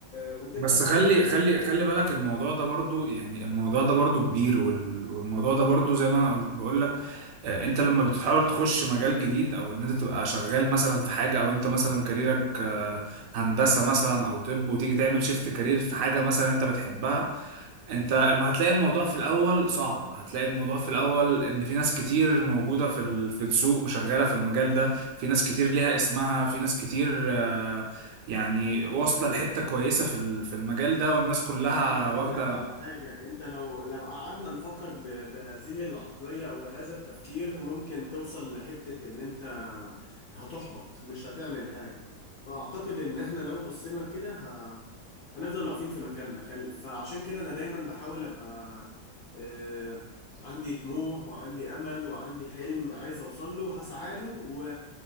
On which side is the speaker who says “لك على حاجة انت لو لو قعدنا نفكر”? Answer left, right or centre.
Left